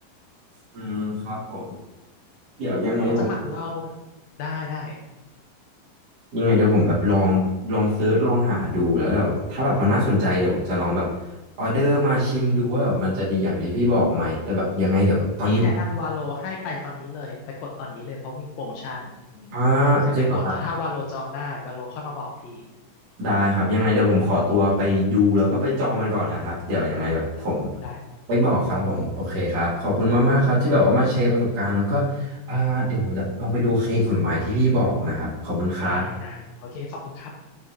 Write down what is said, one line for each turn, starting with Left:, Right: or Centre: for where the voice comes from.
Right: อืมครับผมเดี๋ยวยังไงผม
Left: เขาจะหมักเหล้าได้ได้
Right: ยังไงเดี๋ยวผมแบบลองลองเซิร์ชลองหาดูแล้วแบบถ้าแบบมันน่าสนใจเดี๋ยวผมจะลองแบบออเดอร์มาชิมดูว่าแบบมันจะดีอย่างที่พี่บอกไหมแต่แบบยังไงเดี๋ยวตอนนี้ผม
Left: พี่แนะนำวาโลให้ไปตอนนี้เลยไปกดตอนนี้เลยเพราะมีโปรโมชั่นอืม
Right: อ่า
Left: เดี๋ยวไปกดแต่ถ้าวาโลจองได้วาโลค่อยมาบอกพี่
Right: จริงเหรอครับได้ครับยังไงเดี๋ยวผมขอตัวไปดูแล้วก็ไปจองมันก่อนนะครับเดี๋ยวยังไงแบบผม
Left: ได้
Right: ไปบอกครับผมโอเคครับขอบคุณมากๆครับที่แบบว่ามาแชร์ประสบการณ์แล้วก็อ่าเดี๋ยวผมจะลองไปดูเค้กผลไม้ที่พี่บอกนะครับขอบคุณครับ
Left: ได้ได้โอเคขอบคุณครับ